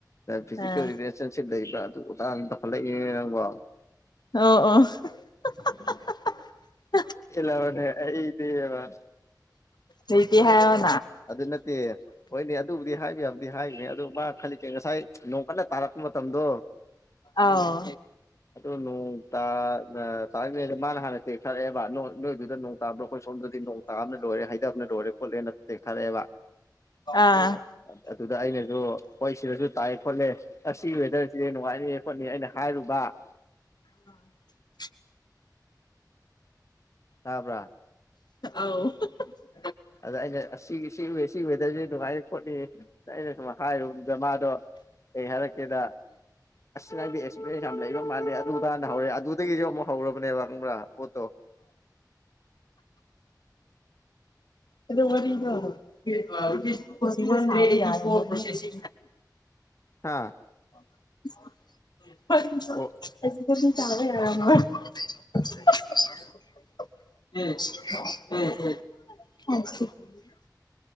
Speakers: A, on the left (about 45°); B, on the left (about 75°).
A: ꯐꯤꯖꯤꯀꯦꯜ
B: ꯑꯥ
A: ꯔꯤꯂꯦꯁꯟꯁꯤꯞ ꯂꯩ ꯑꯗꯨ ꯃꯥꯇꯛꯗꯨꯗꯥ ꯇꯧꯈꯠ ꯂꯛꯏ ꯅꯤꯅꯦ ꯅꯪꯕꯣ
B: ꯑꯣ ꯑꯣ <unintelligible>
A: ꯄꯦꯜꯂꯥꯕꯅꯦ ꯑꯥꯏꯗꯤꯕꯥ
B: ꯂꯩꯇ ꯍꯥꯏꯌꫭ
A: ꯑꯗꯨ ꯅꯠꯇꯦ ꯍꯣꯏꯅꯦ ꯑꯗꯨꯕꯨꯗꯤ ꯍꯥꯏꯕ ꯌꯥꯕꯗꯤ ꯍꯥꯏꯒ꯭ꯔꯦ ꯑꯗꯨ ꯃꯥ ꯈꯜꯂꯤꯖꯦ ꯉꯁꯥꯏ ꯅꯣꯡ ꯀꯟꯅ ꯇꯥꯔꯛꯄ ꯃꯇꯝ ꯃꯇꯝꯗꯣ
B: ꯑꯥꯎ
A: ꯑꯗꯨꯗꯣ ꯅꯣꯡ ꯇ ꯑ <unintelligible> ꯃꯥꯅ ꯍꯥꯟꯅ ꯇꯦꯛꯁ ꯊꯥꯔꯛ ꯑꯦꯕꯥ ꯅꯣꯏꯗꯨꯗ ꯅꯣꯡ ꯇꯥꯕ꯭ꯔꫭ ꯑꯩꯈꯣꯏ ꯁꯣꯝꯗꯗꯤ ꯅꯣꯡ ꯇꯥꯕꯅ ꯂꯣꯏꯔꯦ ꯍꯩꯗꯕꯅ ꯂꯣꯏꯔꯦ ꯈꯣꯠꯂꯦꯅ ꯑꯣꯏꯔꯦꯕ
B: ꯑꯥ
A: ꯑ ꯑꯗꯨꯗ ꯑꯩꯅꯖꯨ ꯍꫭꯏ ꯁꯤꯗꯁꯨ ꯇꯥꯏ ꯈꫭꯠꯂꯦ ꯑꯁꯤꯒꯤ ꯋꯦꯗꯔꯁꯤꯗꯤ ꯅꯨꯡꯉꯥꯏꯅꯤꯌꯦ ꯈꯣꯠꯅꯤꯌꯦ ꯑꯩꯅ ꯍꯥꯏꯔꯨꯕ
B: <unintelligible>
A: ꯇꯥꯕ꯭ꯔꯥ
B: ꯑꯥꯎ <unintelligible>
A: ꯑꯗ ꯑꯩꯅ ꯑꯁꯤ ꯑꯁꯤ ꯑꯁꯤ ꯋꯦꯗꯔꯖꯤ ꯅꯨꯡꯉꯥꯏꯅꯤ ꯈꯣꯠꯅꯤ ꯑꯩꯅ ꯁꯨꯝ ꯍꯥꯏꯔꯨꯕꯅꯤꯗ ꯃꯥꯗꯣ ꯀꯩ ꯍꯥꯏꯔꯛꯀꯦꯗ ꯅꯪꯗꯤ‌ ꯑꯦꯛꯄ꯭ꯔꯦꯁ ꯌꯥꯝ ꯂꯩꯕ ꯃꯜꯂꯦ ꯑꯗꯨ ꯍꯥꯟꯅ ꯍꯧꯔꯛꯑꯦ ꯑꯗꯨꯗꯒꯤꯁꯨ ꯑꯃꯨꯛ ꯍꯧꯔꯕꯅꯦꯕ ꯈꯪꯕ꯭ꯔꯥ ꯄꯣꯠꯇꯣ
B: ꯑꯗ ꯋꯥꯔꯤ ꯋꯥꯔꯤ ꯑꯣ ꯍ ꯍꯦ ꯌꯥꯁꯤ
A: ꯍꯥꯥ?
B: <inaudible> ꯆꯔ
A: ꯑꯣ
B: ꯑꯃ ꯎꯝ ꯎꯝ ꯎꯝ